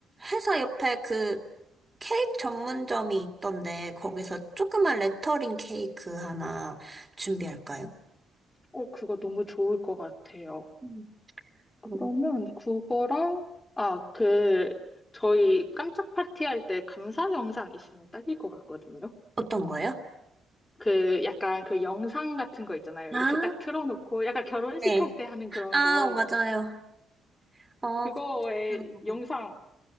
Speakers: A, on the right (about 20°); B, on the left (about 20°).
A: 회사 옆에 그 케이크 전문점이 있던데, 거기서 조그만 레터링 케이크 하나 준비할까요?
B: 어, 그거 너무 좋을 것 같아요.
A: 음,
B: 그러면
A: 그럼.
B: 그거랑, 아, 그, 저희 깜짝 파티할 때 감사 영상 있으면 딱일 것 같거든요.
A: 어떤 거요
B: 그 약간 그 영상 같은 거 있잖아요.
A: 아,
B: 이렇게 딱 틀어놓고 약간 결혼식
A: 네.
B: 할 때 하는 그런
A: 아,
B: 거.
A: 맞아요. 어,
B: 그거에
A: 그런 거 같아요.
B: 영상